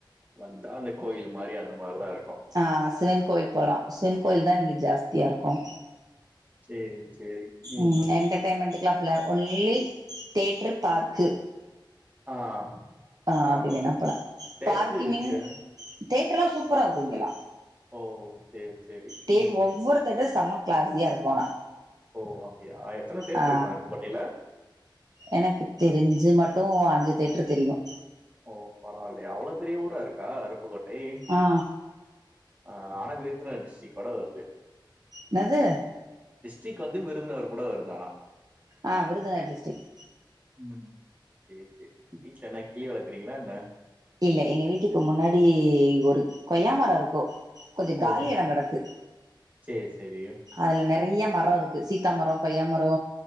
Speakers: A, on the right; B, on the right.
A: வந்தா அந்த கோயில் மாதிரி அந்த மாதிரிதா இருக்கும்.
B: ஆ சிவன் கோவில் போலா சிவன் கோயில தா இங்க ஜாஸ்தியா இருக்கும்.
A: சேரி சேரி ம்
B: உம் என்டர்டெயன்மென்டுக்கு கிலா அப்படிலா ஒன்லி தேட்டர் பார்க்கு.
A: ஆ
B: ஆ
A: பரவால்ல
B: அப்படி வேணாப் போல
A: தேட்ரு
B: பார்க்கிமின்
A: இருக்கு
B: தேட்டர்லா சூப்பரா இருக்கு இங்கெல்லா
A: ஓ சேர் சேரி
B: டேட்
A: ம்
B: ஒவ்வொரு தியேடர் செம்ம கிளாஸியா இருக்கும் ஆனா
A: ஓ அப்டியா எத்தன தேட்டர்
B: ஆ
A: இருக்கு அருப்பு கோட்டையில
B: எனக்கு தெரிஞ்சு மட்டு அஞ்சு தேட்டர் தெரியு
A: ஓ பரவாயில்லைய அவ்வளோ பெரிய ஊரா இருக்கா அருப்புக்கோட்டை
B: ஆ
A: அ ஆனா விருதுநர் டிஸ்டிக்கோட வருது
B: என்னது
A: டிஸ்ட்ரிக் வந்து விருதுநகர் கூட இருக்கலா
B: அஹ விருதுநகர் டிஸ்டிக்
A: ம் சேரி சேரி வீட்ல என்ன கிளி வளக்றீங்களா என்ன
B: இல்ல எங்க வீட்டுக்கு முன்னாடி ஒரு கொய்யாமரோ இருக்கு கொஞ்சோ
A: ஓ
B: காலி எடோ கெடக்கு
A: சேரி சேரி
B: அதுல நெறைய மரோ இருக்கு சீத்தா மரோ கொய்யாமரோ